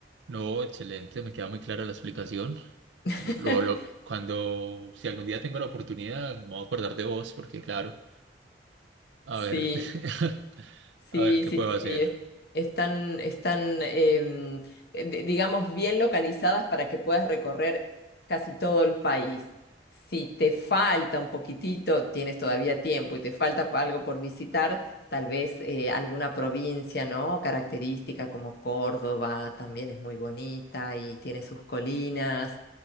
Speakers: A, on the right; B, on the left.
A: No, excelente, me queda muy clara la explicación.
B: <laughs>
A: Lo, lo- cuando, si algún día tengo la oportunidad, me voy a acordar de vos, porque claro, a
B: Sí,
A: ver, <laughs>
B: Sí,
A: a ver qué
B: sí,
A: puedo hacer.
B: sí, es- están, están em, eh, di- digamos, bien localizadas para que puedas recorrer casi todo el país. Si te falta un poquitito, tienes todavía tiempo y te falta pa- algo por visitar, tal vez eh, alguna provincia, ¿no? Característica como Córdoba, también es muy bonita y tiene sus colinas.